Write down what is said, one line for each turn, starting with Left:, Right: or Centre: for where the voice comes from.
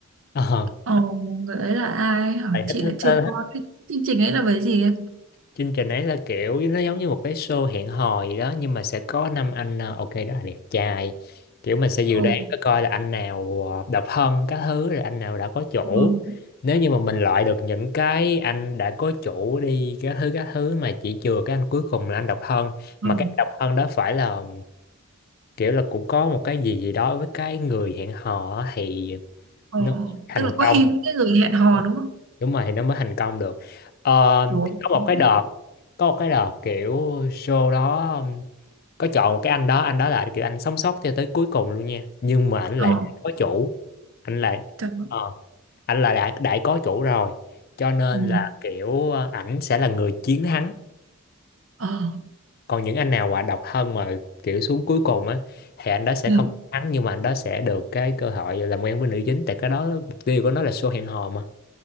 Left: ờ
Right: Ồ, người ấy là ai hả?
Left: tại
Right: Chị
Left: thích thích,
Right: lại chưa
Left: thích
Right: coi
Left: thích
Right: cái chương trình ấy là về gì em?
Left: chương trình ấy là kiểu nó giống như một cái show hẹn hò gì đó nhưng mà sẽ có năm anh ờ, ok rất là đẹp trai kiểu mình sẽ dự
Right: Ồ,
Left: đoán coi coi là anh nào ờ, độc thân các thứ rồi anh nào đã có chủ
Right: ừ,
Left: nếu như mà mình loại được những cái anh đã có chủ đi các thứ các thứ mà chỉ chừa cái anh cuối cùng là anh độc thân
Right: ừ,
Left: mà cái độc thân đó phải là kiểu là cũng có một cái gì gì đó với cái người hẹn hò á thì
Right: ừ.
Left: nó mới thành
Right: Tức là có
Left: công
Right: hình
Left: đúng
Right: cái người hẹn hò
Left: không?
Right: đúng không?
Left: Đúng rồi thì nó mới thành công được Ờ,
Right: Đúng.
Left: thì có
Right: Thế
Left: một cái đợt
Right: đấy.
Left: có một cái đợt kiểu show đó um, có chọn một cái anh đó anh đó là kiểu anh sống sót cho tới cuối cùng luôn nha nhưng mà anh
Right: Ờ,
Left: lại có chủ anh lại
Right: trời ơi.
Left: ờ, anh là đã đã có chủ rồi cho nên
Right: Ừ,
Left: là kiểu ờ, ảnh sẽ là người chiến thắng
Right: ờ,
Left: còn những anh nào mà độc thân mà kiểu xuống cuối cùng á thì anh đó sẽ
Right: ừ,
Left: không thắng nhưng mà anh đó sẽ được cái cơ hội làm quen với nữ chính tại cái đó mục tiêu của nó là show hẹn hò mà